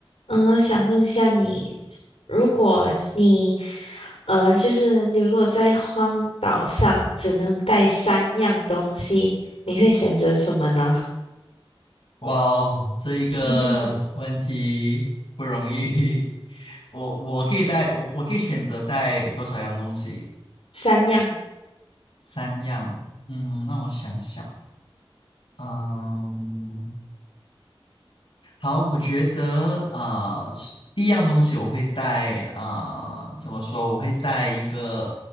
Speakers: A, on the left; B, on the left.
A: 嗯，想问一下你，如果你呃，就是流落在荒岛上，只能带三样东西，你会选择什么呢？
B: 哇哦，这一个问题不容易。
A: <laughs>
B: <laughs> 我我可以带我我可以选择带多少样东西？
A: 三样，
B: 三样。嗯，让我想想。嗯，好，我觉得啊、呃第一样东西我会带啊、呃怎么说？我会带一个